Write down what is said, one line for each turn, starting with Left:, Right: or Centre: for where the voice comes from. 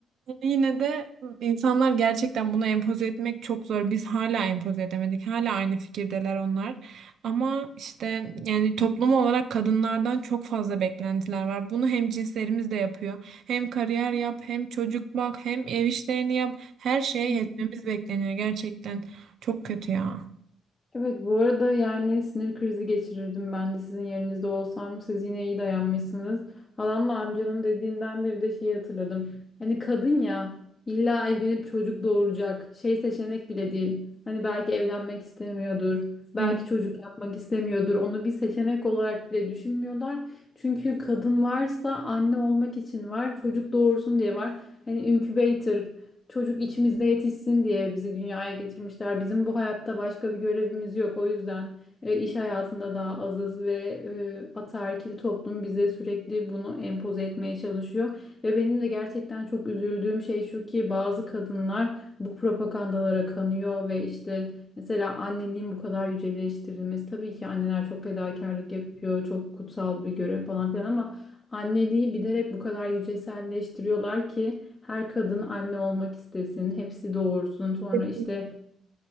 Right: Yine de insanlar gerçekten bunu empoze etmek çok zor. Biz hala empoze edemedik. Hala aynı fikirdeler onlar. Ama işte yani toplum olarak kadınlardan çok fazla beklentiler var. Bunu hem cinslerimiz de yapıyor. Hem kariyer yap, hem çocuk bak, hem ev işlerini yap. Her şeye
Left: <laughs>
Right: yetmemiz bekleniyor gerçekten. Çok kötü ya.
Left: Evet bu arada yani sinir krizi geçirirdim ben de sizin yerinizde olsam siz yine iyi dayanmışsınız. Halamla amcanın dediğinden de bir de şeyi hatırladım. Hani kadın ya illa evlenip çocuk doğuracak şey seçenek bile değil. Hani belki evlenmek istemiyordur. Belki
Right: Hı.
Left: çocuk yapmak istemiyordur. Onu bir seçenek olarak bile düşünmüyorlar. Çünkü kadın varsa anne olmak için var. Çocuk doğursun diye var. Hani incubator çocuk içimizde yetişsin diye bizi dünyaya getirmişler. Bizim bu hayatta başka bir görevimiz yok. O yüzden e, iş hayatında daha azız ve e, ataerkil toplum bize sürekli bunu empoze etmeye çalışıyor. Ve benim de gerçekten çok üzüldüğüm şey şu ki bazı kadınlar bu propagandalara kanıyor ve işte mesela anneliğin bu kadar yüceleştirilmesi. Tabii ki anneler çok fedakarlık yapıyor, çok kutsal bir görev falan filan ama Anneliği bilerek bu kadar yüceselleştiriyorlar ki her kadın anne olmak istesin, hepsi doğursun. Sonra
Right: Evet,
Left: işte